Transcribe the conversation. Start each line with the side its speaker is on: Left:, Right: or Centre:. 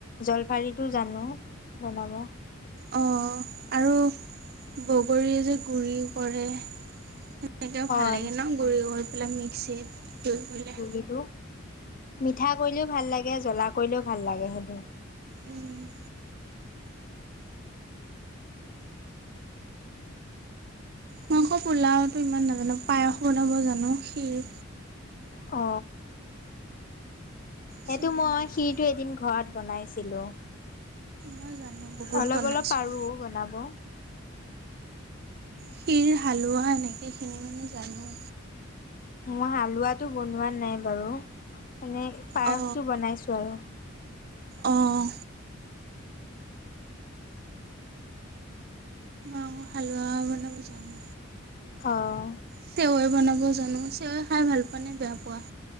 Left: জলফাৰীটো জানো বনাব।
Right: অ আৰু বগৰীৰ যে গুৰি কৰে। সেইটোও
Left: অ',
Right: ভাল লাগে ন গুৰি পেলাই মিক্সিত ৰুই কৰিলে।
Left: এইটো মিঠা কৰিলেও ভাল লাগে জ্বলা কৰিলেও ভাল লাগে সেইটো।
Right: উম। মই ক পোলাওটো ইমান নাজানো পায়স বনাব জানো খীৰ
Left: অ। সেইটো
Right: চেনি
Left: মই
Right: নাৰিকল
Left: খিৰটো এদিন ঘৰত বনাইছিলোঁ।
Right: মই জানো বহুত
Left: অলপ
Right: বনাইছোঁ
Left: অলপ পাৰো বনাব।
Right: খীৰ, হালোৱা এইখিনি মানে জানো।
Left: মই হালোৱাটো বনোৱা নাই বাৰু মানে পায়সটো
Right: অ
Left: বনাইছো আৰু।
Right: অহ। অ হালোৱাও বনাব জানো।
Left: অহ।
Right: চেৱৈ বনাব জানো, চেৱৈ খাই ভাল পোৱা নে বেয়া পোৱা?